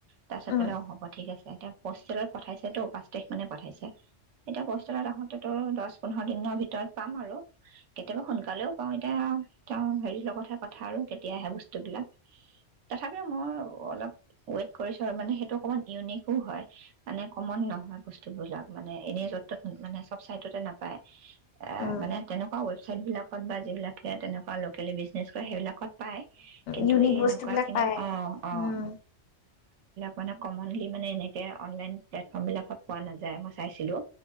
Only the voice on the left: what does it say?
অঁ
অঁ
ইউনিক
বস্তুবিলাক
পায়
উম